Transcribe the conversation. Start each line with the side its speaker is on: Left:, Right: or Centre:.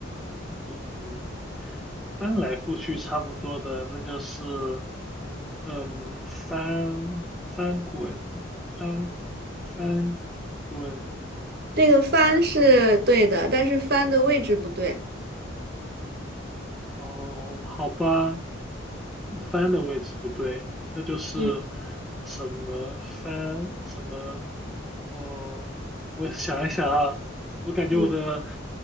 Centre: 嗯翻来覆去差不多的，那就是，嗯，翻翻滚翻翻滚，
Right: 这个翻是对的，但是翻的位置不对。
Centre: 哦，好吧，翻的位置不对，那就是
Right: 嗯
Centre: 什么翻什么，嗯，我想一想啊，我感觉我的
Right: 嗯，